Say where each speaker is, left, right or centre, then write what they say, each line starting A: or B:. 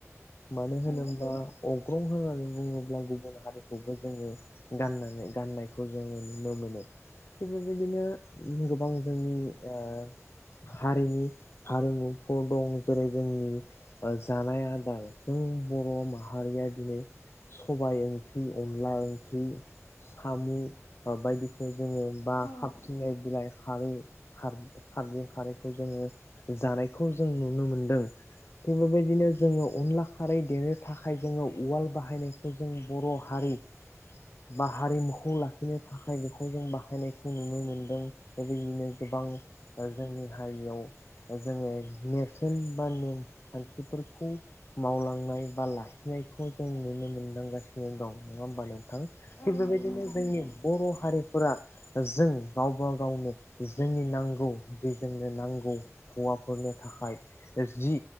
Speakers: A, on the left; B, on the left.
A: मानो होनोब्ला
B: औ
A: अग्रं होननानै बुङो। अब्ला गुबुन हारिखौबो जोङो गाननानै गाननायखौ जोङो नुनो मोनो थिग बेबायदिनो गोबां जोंनि ओ हारिनि हारिमुफोर दं जेरै जोंनि जानाय आदार। जों बर' माहारिया दिनै सबाय ओंख्रि अनला ओंख्रि सामु बा बायदिखौ। जोङो बा
B: औ
A: खाबसिननाय बिलाइ। खारै खार खारदै खारैखौ जोङो जानायखौ जों नुनो मोनदों थिग बेबायदिनो जोङो अनला। खारै देनो थाखाय जोङो उवाल बाहायनायखौ जों बर' हारि बा हारिमुखौ लाखिनो थाखाय बेखौ जों बाहायनायखौ नुनो मोनदों बेबायदिनो गोबां जोंनि हारियाव जोङो नेरसोन। मान नेम खान्थि। <inaudible> मावलांनाय बा लाखिनायखौ जों नुनो मोनदांगासिनो दं। नङा होमबा नोंथां?
B: औ
A: थिग बेबायदिनो
B: नंगौ नोंथां
A: जोंनि बर' हारि। फोरा जों गावबा गावनो जोंनि नांगौ जे जोंनो नांगौ हौवाफोरनो थाखाय जि